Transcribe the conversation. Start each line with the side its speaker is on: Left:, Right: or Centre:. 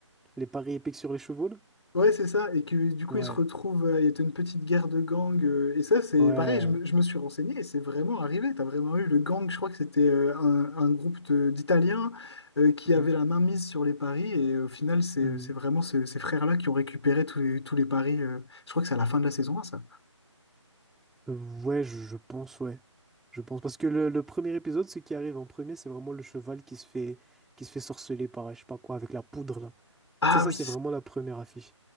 Centre: Les paris épiques sur les chevaux, là?
Left: Ouais, c'est ça. Et que du coup,
Centre: Ouais.
Left: ils se retrouvent, euh, il y a une petite guerre de gangs. euh, et ça, c'est
Centre: Ouais.
Left: pareil, je me, je me suis renseigné et c'est vraiment arrivé. Tu as vraiment eu le gang, je crois que c'était euh, un, un groupe de- d'Italiens euh, qui avait
Centre: Hein.
Left: la main mise sur les paris. Et au final, c'est
Centre: Hmm.
Left: c'est vraiment ce- ces frères-là qui ont récupéré tous les, tous les paris. euh, je crois que c'est à la fin de la saison 1, ça.
Centre: Euh, Ouais, je, je pense, ouais. Je pense. Parce que le, le premier épisode, ce qui arrive en premier, c'est vraiment le cheval qui se fait, qui se fait sorceler par, je sais pas quoi, avec la poudre, là.
Left: Ah
Centre: Tu sais, ça,
Left: oui.
Centre: c'est vraiment la première affiche.